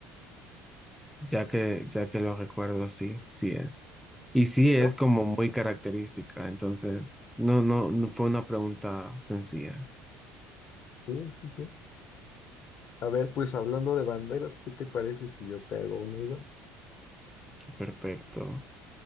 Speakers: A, in the centre; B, on the left (about 40°).
A: Ya que, ya que lo recuerdo, sí, sí es. Y sí
B: ¿Sí, no?
A: es como muy característica, entonces no, no, no fue una pregunta sencilla.
B: Sí, sí, sí. A ver, pues hablando de banderas, ¿qué te parece si yo te hago una igual?
A: Perfecto.